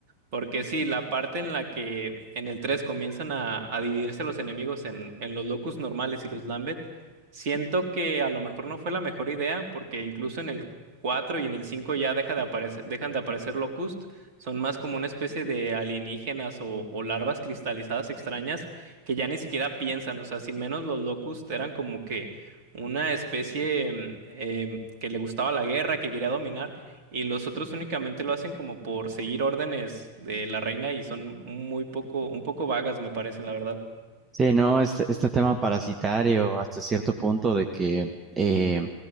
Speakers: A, on the right; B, on the right.
A: Porque sí, la parte en la que en el 3 comienzan a, a dividirse los enemigos en, en los Locust normales y los Lambeth, siento que a lo mejor no fue la mejor idea, porque incluso en el 4 y en el 5 ya deja de aparecer, dejan de aparecer Locust, son más como una especie de alienígenas o, o larvas cristalizadas extrañas que ya ni siquiera piensan, o sea, sin menos los Locust eran como que una especie mm, em, que le gustaba la guerra, que quería dominar. Y los otros únicamente lo hacen como por seguir órdenes de la reina y son muy poco, un poco vagas, me parecen, la verdad.
B: Sí, no, este, este tema parasitario hasta cierto punto de que eh,